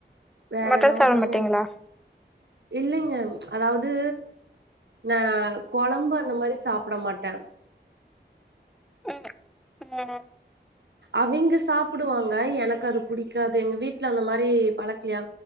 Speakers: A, on the right (about 70°); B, in the centre.
A: வேற
B: மட்டன்
A: எதாவதுதாங்க
B: சாப்ட மாட்டீங்களா
A: இல்லைங்க அதாவது நா குழம்பு அந்த மாரி சாப்பிட மாட்டே
B: ம் ம்
A: அவிங்க சாப்பிடுவாங்க எனக்கு அது புடிக்காது எங்க வீட்ல அந்த மாரி பழக்கலையா